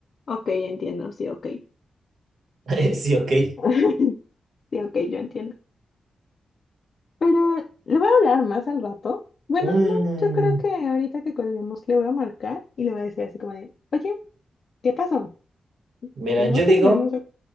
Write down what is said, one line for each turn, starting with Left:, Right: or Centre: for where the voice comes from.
Left: Ok, entiendo, sí, ok.
Right: <laughs> sí, ok.
Left: <laughs> Sí, ok, yo entiendo. Pero le voy a hablar más al rato. Bueno,
Right: Mm,
Left: no, yo creo que ahorita que colguemos le voy a marcar y le voy a decir así como de, oye, ¿qué pasó?
Right: mira,
Left: Tenemos
Right: yo
Left: que
Right: digo
Left: ponernos... de-